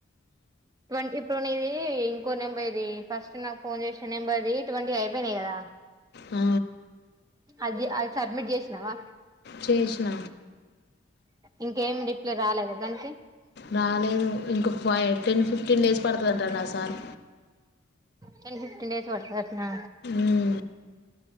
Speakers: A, on the right (about 15°); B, on the left (about 50°).
A: ట్వంటీ ఇప్పుడు నీ ఇది ఇంకో నెంబర్ ఇది ఫస్ట్ నాకు ఫోన్ చేసిన నెంబర్ ఇది ట్వంటీ అయిపోయినాయి కదా
B: ఆ
A: అది అది సడ్మిట్ చేసినావా
B: చేసిన
A: ఇంకేం రిప్లే రాలేదు కదానికి
B: రాలేదు ఇంకో ఫై టెన్ ఫిఫ్టీన్ డేస్ పడుతుందింటండి ఆ సార్
A: టెన్ ఫిఫ్టీన్ డేస్ పడుతుందంటనా
B: ఉమ్,